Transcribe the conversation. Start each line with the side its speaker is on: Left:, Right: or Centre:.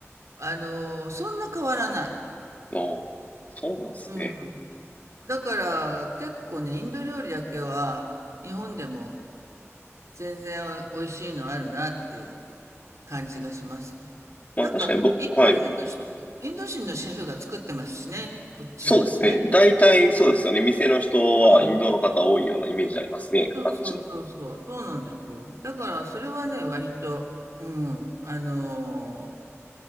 Right: あの、そんな変わらない。
Left: ああ、そうなんですね。
Right: うんだから結構ね、インド料理だけは日本でも全然美味しいのあるなっていう感じがしますね。
Left: まあ確かにぼ、
Right: なんかインド人の人、
Left: はい。
Right: インド人のシェフが作ってますしね、こっちでもね。
Left: そうですね。大体そうですよね。店の人はインドの方多いようなイメージありますね。
Right: うんそうそうそうそう、
Left: あっち。
Right: そうなんですよ。だからそれはね、割と、うん、あの